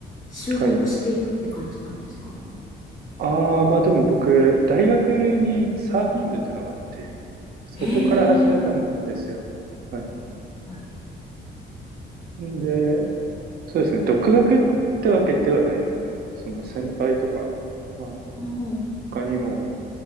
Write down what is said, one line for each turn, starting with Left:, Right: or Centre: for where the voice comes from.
Left: 習得していくって感じなんですか
Right: はい。ああ、まあでも僕、大学にサーフィン部っていうのがあって、そこから始めたんですよ。
Left: へえ、
Right: はい。
Left: はい。
Right: んで、そうですね、独学ってわけではないですね。その先輩とか、まあ
Left: おー
Right: 他にも、